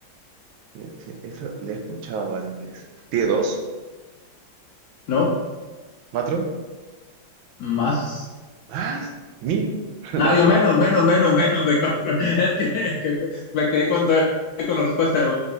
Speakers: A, on the right; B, on the left.
A: Sí, sí, eso le he escuchado antes. ¿Tiene dos?
B: ¿No?
A: ¿Cuatro?
B: ¿Más?
A: ¿Más? ¿Mil? <laughs>
B: Ah,
A: No, mentira.
B: digo, menos, menos, menos, menos de cuatro. <laughs> Es que, que me quedé con, todo- con la respuesta.